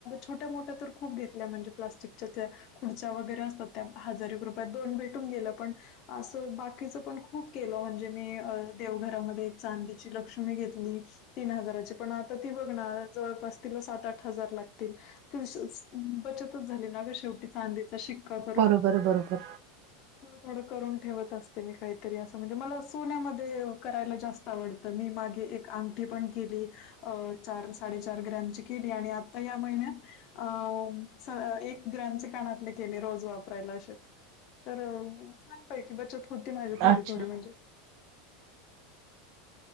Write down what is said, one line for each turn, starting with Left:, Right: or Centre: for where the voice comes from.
Left: छोट्या मोठ्या तर खूप घेतल्या म्हणजे प्लास्टिकच्या त्या खुर्च्या वगैरे असतात त्या हजार रुपया दोन भेटून गेलं पण असं बाकीच पण खूप केलं म्हणजे े मी देवघरामध्ये एक चांदीची लक्ष्मी घेतली तीन हजाराची पण आता ती बघणार जवळपास तिला सात आठ हजार लागतील ते बचतच झाले ना अगर शेवटी चांदीचा शिक ठड
Right: बरोबर बरोबर.
Left: थड ठत अस मी का अस म्हणजे म सोन्यामध्ये करायला जास्त आवडतं मी मागे एक अंगठी पण केली अ चार साडेचार ग्रॅमची केली आणि आता या महिन्यात अं एक ग्रॅचे कानातले केले रोज वापरायला असेच तर छानपैकी बचत होती माझी थोडी
Right: अच्छा
Left: थोडी म्हणजे